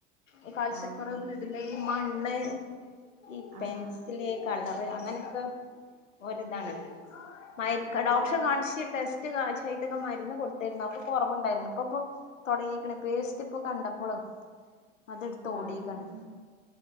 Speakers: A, on the left (about 80°); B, on the right (about 50°).
A: ഈ കാഴ്ച്ച
B: ആഹ്
A: കുറവ് ബ്ലഡില് മണ്ണ് ഈ പെൻസില്
B: ആഹ്
A: കളറ്അ അങ്ങനെയൊക്കെ ഓരിതാണ് മയക്ക് ഡോക്ടറെ
B: റോക്ക്
A: കാണിച്ച് ടെസ്റ്റ് സ്റ്റു ചെയ്തൊക്കെ മരുന്ന് കൊടു ത്തായിരുന്നു അപ്പൊ കുറവുണ്ടായിരുന്നു ഇപ്പൊപ്പൊ തുടങ്ങിക്കണ് പേസ്റ്റ് ഇപ്പൊ കണ്ടപ്പള് അതെടുത്ത് ഓടിയെക്കാണ്.
B: ആഹ്